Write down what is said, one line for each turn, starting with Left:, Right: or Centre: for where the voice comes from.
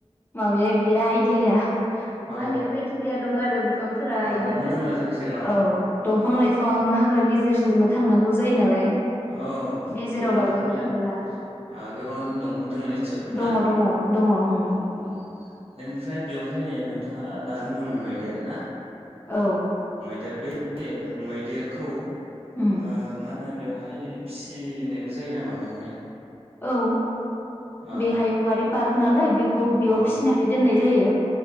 Left: माबाया गैया इद दि हाया
Right: औ
Left: माने जायखि जाया दं आरो बिफांफोरा
Right: दंफां
Left: इदिनो
Right: दोङो जायखिजाया न'
Left: औ दंफां लाइफां
Right: अ
Left: हाग्रा गेजे जेरजोंनो थांनांगौ जायो नालाय
Right: औ
Left: गेजेराव
Right: गोबां
Left: दावबायनो
Right: रोखोमनि
Left: थांबोला
Right: ओ गोबां रोखोमनि दंफां दोङो नित्सय बेयाव
Left: दङ
Right: ना
Left: दङ दङ उम
Right: अ दङ बेनिफ्राय बेवहाय नोंथां आ दा बुंदोंमोन मैदेर ना
Left: औ
Right: बे ए मैदेरखौ ओ
Left: उम
Right: माहोनो बहाय फिसिनायबो जायो नामा बेवहाय
Left: औ
Right: अ
Left: बे हायुंआरि पार्क नालाय बे खौ बेयाव
Right: अ
Left: फिसिनानै दोननाय जायो